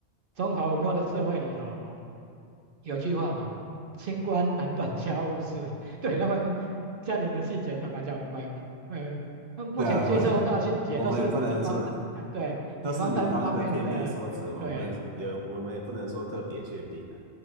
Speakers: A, on the right (about 55°); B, on the right (about 30°).
A: 中华文化的社会里头有句话嘛，清官难断家务事。<laughs> 对他们家庭的细节，坦白讲，我们也不，呃，那目前接收到的讯息也都是女方的，
B: 对啊，我们我们也不能说
A: 哎、对，女方单方面的，
B: 都是女方的片面说辞，
A: 哎、
B: 我们不能也我们也不能说特别确定啊。
A: 对，哎、